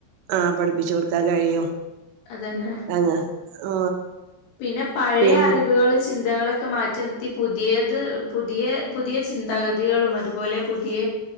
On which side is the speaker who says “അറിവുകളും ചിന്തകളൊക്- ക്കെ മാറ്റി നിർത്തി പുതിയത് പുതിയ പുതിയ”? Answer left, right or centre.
Left